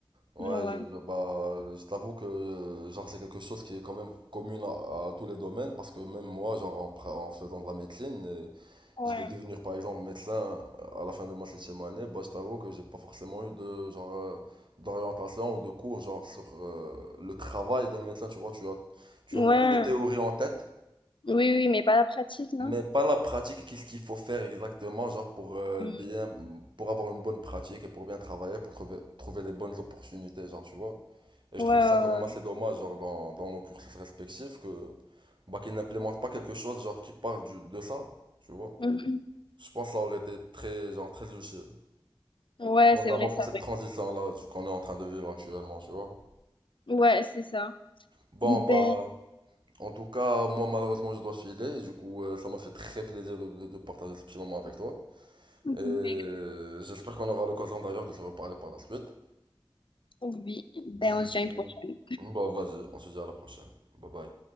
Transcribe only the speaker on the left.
Ouais,
ouais,
ouais,
oui, oui, mais pas la pratique, non?
Mm.
Ouais,
ouais,
ouais. Mhm.
Ouais,
c'est vrai,
ça,
vrai.
Ouais, c'est ça.
Ben,
mhm.
Oui, ben,
on se dit à
une prochaine.